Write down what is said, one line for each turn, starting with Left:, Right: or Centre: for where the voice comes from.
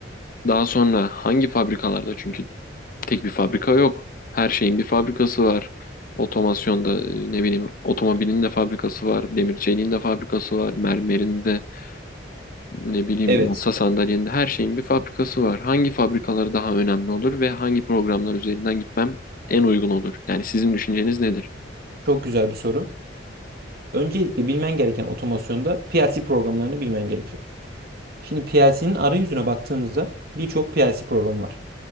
Left: daha sonra hangi fabrikalarda? Çünkü tek bir fabrika yok. Her şeyin bir fabrikası var. Otomasyonda e, ne bileyim otomobilin de fabrikası var, demir çeliğin de fabrikası var, mermerin de ne bileyim
Right: Evet,
Left: masa sandalyende her şeyin bir fabrikası var. Hangi fabrikaları daha önemli olur ve hangi programlar üzerinden gitmem en uygun olur? Yani sizin düşünceniz nedir?
Right: çok güzel bir soru. Öncelikle bilmen gereken otomasyonda PLC programlarını bilmen gerekiyor. Şimdi PLC'nin arayüzüne baktığımızda birçok PLC programı var.